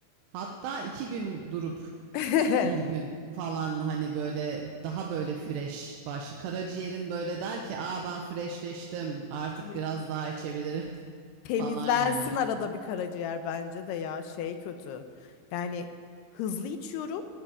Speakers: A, on the right (about 85°); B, on the left (about 80°).
A: Hatta iki gün durup
B: <laughs>
A: bir gün falan hani böyle daha böyle fresh baş. Karaciğerin böyle der ki aa ben freshleştim artık
B: Evet.
A: biraz daha içebilirim <laughs>
B: Temizlensin
A: falan yani.
B: arada bir karaciğer bence de ya şey kötü. Yani hızlı içiyorum.